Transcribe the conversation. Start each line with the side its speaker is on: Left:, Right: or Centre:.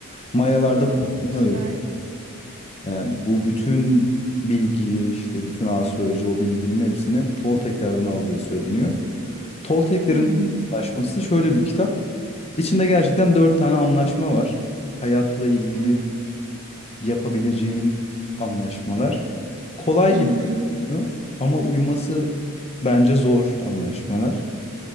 Left: Mayalarda
Right: Aa,
Left: bunu
Right: güzel.
Left: öğren. Yani bu bütün bilgiyi işte bütün astroloji o bilginin hepsini Tolteklerden aldığı söyleniyor. Tolteklerin
Right: Hmm.
Left: anlaşması şöyle bir kitap. İçinde gerçekten dört tane anlaşma var. Hayatla ilgili
Right: Hı hı.
Left: yapabileceğin anlaşmalar. Kolay
Right: Hı
Left: gibi
Right: hı.
Left: görünüyor ama uyuması bence zor anlaşmalar.